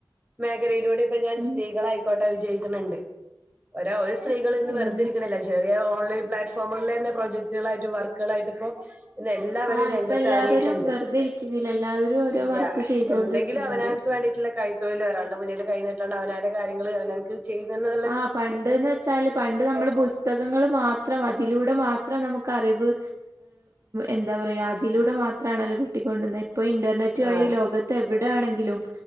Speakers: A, on the right; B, on the right.
A: മേഖലയിലൂടെ ഇപ്പൊ ഞാൻ
B: ഉം
A: സ്ത്രീകളായിക്കോട്ടെ വിജയിക്ക്ണണ്ട് ഒര ഒരു സ്ത്രീകൾ ഇന്ന്
B: അതന്നെ
A: വെറുതെ ഇരിക്കണല്ല ചെറിയ ഓൺലൈൻ പ്ലാറ്റ്ഫോമുകളിൽ തന്നെ പ്രോജക്ടുകളായിട്ടും വർക്കുകളായിട്ടും ഇപ്പം ഇന്ന് എല്ലാവരും
B: ആഹ്
A: രംഗത്ത്റങ്ങിയിട്ടുണ്ട്
B: ഇപ്പൊ എല്ലാവരും വെറുതെ ഇരിക്കുന്നില്ല എല്ലാവരും ഓരോ
A: ഇല്ല
B: വർക്ക് ചെയ്തോണ്ട്
A: എന്തെങ്കിലും
B: നിക്കുന്നുണ്ട്
A: അവനവൻ വേണ്ടിയിട്ടുള്ള കൈത്തൊഴിൽ ഒരാൾടെ മുന്നിൽ കൈഞ്ഞിട്ടണ്ട് അവനാന്റെ കാര്യങ്ങള് അവനവൻക് ചെയ്തന്നെ
B: ആഹ് പണ്ട്ന്ന് വച്ചാല് പണ്ട് നമ്മള് പുസ്തകങ്ങള് മാത്രം അതിലൂടെ മാത്രം നമുക്ക് അറിവ് എന്താ പറയാ അതിലൂടെ മാത്രണല്ലോ കിട്ടിക്കൊണ്ടുവന്നുന്നത് ഇപ്പൊ ഇന്റർനെറ്റ്
A: ആ
B: വഴി ലോക ത്ത് എവിടെ ആണെങ്കിലും